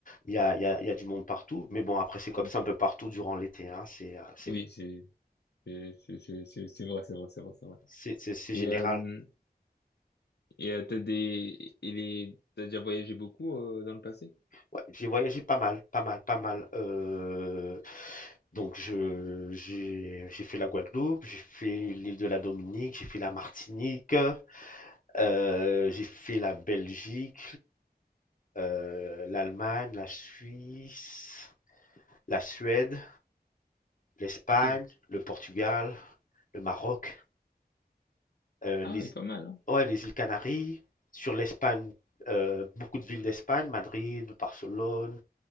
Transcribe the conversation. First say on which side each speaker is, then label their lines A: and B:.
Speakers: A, on the left; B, on the left.
A: Il y a, il y a, il y a du monde partout. Mais bon, après c'est
B: Ah,
A: comme
B: ok.
A: ça un peu partout durant l'été, hein. C'est euh, c'est
B: Oui, c'est c'est c'est c'est c'est c'est vrai, c'est vrai, c'est vrai, c'est vrai.
A: c'est c'est- c'est
B: Et
A: général.
B: euh, et euh, t'as des et les t'as déjà voyagé beaucoup euh, dans le passé?
A: Ouais, j'ai voyagé pas mal, pas mal, pas mal. Euh, donc je j'ai j'ai fait la Guadeloupe, j'ai fait l'île de la Dominique, j'ai fait la Martinique, euh, j'ai fait la Belgique, euh, l'Allemagne, la Suisse, la Suède, l'Espagne,
B: Ok.
A: le Portugal, le Maroc, euh,
B: Ah,
A: les
B: oui, pas mal, hein?
A: ouais, les îles Canaries. Sur l'Espagne, euh, beaucoup de villes d'Espagne, Madrid, Barcelone,